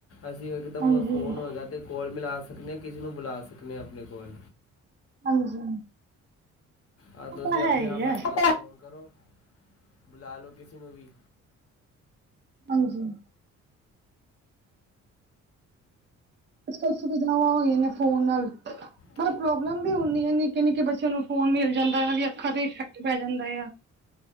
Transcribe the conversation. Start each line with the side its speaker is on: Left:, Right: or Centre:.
Left: ਅਸੀਂ ਇਕਦਮ
Right: ਹਾਂਜੀ
Left: ਫੋਨ ਹੋਏਗਾ ਤੇ ਕੋਲ ਮਿਲਾ ਸਕਦੇ ਹਾਂ ਕਿਸੇ ਨੂੰ ਬੁਲਾ ਸਕਦੇ ਹਾਂ ਆਪਣੇ ਕੋਲ
Right: ਹਾਂਜੀ।
Left: ਆਹ
Right: ਉਹ
Left: ਤੁਸੀਂ
Right: ਤਾਂ
Left: ਆਪਣੇ
Right: ਹੈ ਹੀ
Left: ਆਪ
Right: ਹੈ
Left: ਹੱਥ ਪਾਸ ਫੋਨ ਕਰੋ, ਬੁਲਾ ਲੋ ਕਿਸੇ ਨੂੰ ਵੀ
Right: ਹਾਂਜੀ। ਕੁਛ ਸੁਵਿਧਾਵਾਂ ਹੋਈਆਂ ਨੇ ਫੋਨ ਨਾਲ, ਪਰ
Left: ਬਿਲਕੁਲ
Right: ਪ੍ਰੋਬਲਮ ਵੀ ਹੁੰਦੀ ਆ ਨਿੱਕੇ- ਨਿੱਕੇ ਬੱਚਿਆਂ ਨੂੰ ਫੋਨ ਮਿਲ ਜਾਂਦਾ, ਇਹਨਾਂ ਦੀ ਅੱਖਾਂ ਤੇ ਇਫੈਕਟ ਪੈ ਜਾਂਦਾ ਆ।